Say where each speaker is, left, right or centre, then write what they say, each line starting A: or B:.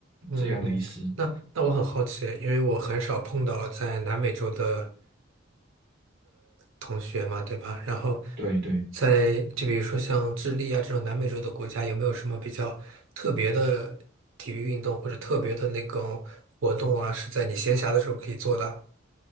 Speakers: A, on the right (about 70°); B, on the right (about 50°).
A: 嗯，
B: 这样的意思。
A: 那那我很好奇，因为我很少碰到在南美洲的。同学嘛，对吧？然后
B: 对对，
A: 在就比如说像智利啊这种南美洲的国家，有没有什么比较特别的体育运动或者特别的那种活动啊，是在你闲暇的时候可以做的？